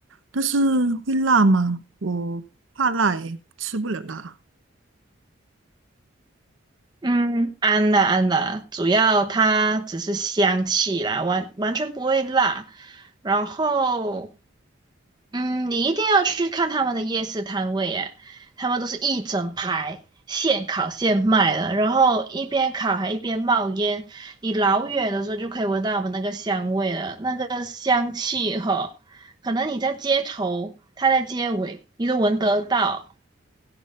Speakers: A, on the right (about 70°); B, on the right (about 20°).
A: 但是会辣吗？我怕辣，诶，吃不了辣，
B: 嗯，安啦安啦，主要它只是香气啦，完完全不会辣。然后，嗯，你一定要去看他们的夜市摊位，诶，他们都是一整排现烤现卖的，然后一边烤还一边冒烟，你老远的时候就可以闻到他们那个香味了，那个香气哈，可能你在街头，他在街尾，你都闻得到。